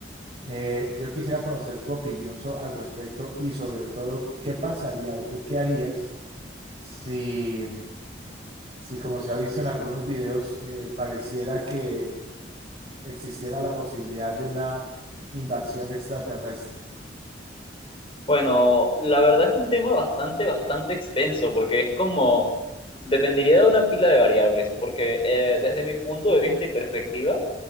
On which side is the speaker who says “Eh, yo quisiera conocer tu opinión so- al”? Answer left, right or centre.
Right